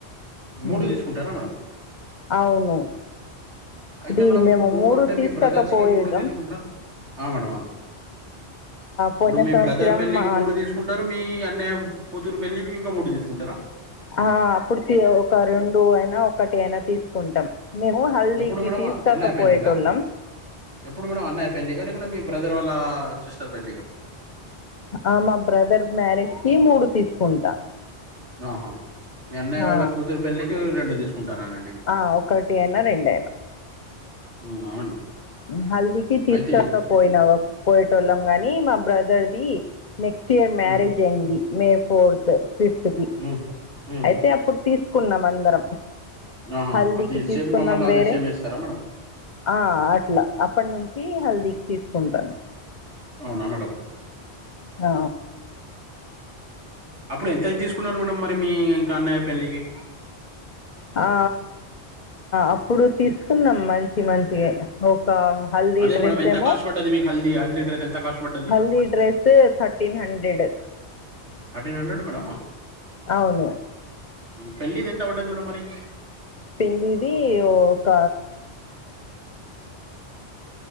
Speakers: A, on the left; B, on the right.
A: హు
B: మూడు తీసుకుంటారా మేడం
A: అవును
B: అయితే
A: ఇది
B: మేడం
A: మేము
B: ఇప్పుడు
A: మూడు
B: అంటే
A: తీసుకోక
B: మీ బ్రదర్స్కి
A: పోయిదాం
B: మూడు తీసుకుంటారు ఆ మేడమ ఇప్పుడు
A: పోయిన
B: మీ
A: సంవత్సరం
B: బ్రదర్ పెళ్ళలికి
A: మా
B: మూడు తీసుకుంటారు మీ అన్నయ కూతురు పెళ్లికి ఇంక మూడు తీసుకుంటార
A: ఆ అప్పుడు ఒక రెండు అయినా ఒకటి అయినా తీసుకుంటాం మేము హల్దీకి
B: ఎప్పుడు మేడం
A: తీసు కొక
B: అన్నయ్య పెళ్ళికా
A: పోయేటోళ్ళం
B: ఎప్పుడు మేడంమ్ అన్నయ్య పెళ్ళిక లేకుంటే మీ బ్రదర్ వాళ్ళ సిస్టర్ పెళ్ళిక
A: ఆ మా బ్రదర్ మ్యారేజ్ కి మూడు తీసుకుంటా
B: ఆహా మీ అన్నయ్య వాళ్ళ
A: ఆ
B: కూతురు పెళ్లికి రెండు తీసుకుంటారానండి
A: ఆ ఒకటి అయినా రెండైన
B: మ్మ్, ఆ మేడం
A: హల్దీకి తీసుకొకపోయినా
B: అయితే
A: పోయేతోళ్ళం గాని బ్రదర్ ది నెక్స్ట్ ఇయర్ మ్యారేజ్
B: మ్మ్,
A: అయింది మే ఫోర్త్ ఫిఫ్త్ కి
B: మ్మ్, మ్మ్,
A: అయితే
B: మ్మ్.
A: అప్పుడు తీసుకున్నాం అందరం
B: ఆహా
A: హల్దీకి
B: అది సేమ్
A: తీసుకున్నాం
B: మళ్ళీ అదే
A: వేరే
B: సేమ్ వేస్తారా మేడం
A: ఆ అట్ల అప్పటి నుం చి హల్దీకి తీసుకుంటాను
B: అవునా మేడం
A: అ
B: అప్పుడు ఎంతయితే తీసుకున్నారు మేడంమ్ మరి మీ ఇంక అన్నయ్య పెళ్ళికి
A: ఆ అప్పుడు తీసుకుంన్నం మంచి మంచివే హల్దీ
B: అదే
A: డ్రెస్
B: మేడం ఎంత
A: ఏమో
B: కాస్ట్ పడ్డది మీకు హల్దీ హల్దీ డ్రెస్ ఎంత కాస్ట్ పడ్డది?
A: హల్దీ డ్రెస్ ఎ థర్టీన్ హ హండ్రెడు
B: థర్టీన్ హండ్రెడ్ మేడమ్
A: అవును
B: పెళ్లిది ఎంత పడ్డది మేడం మరి
A: పెళ్ళిది ఇక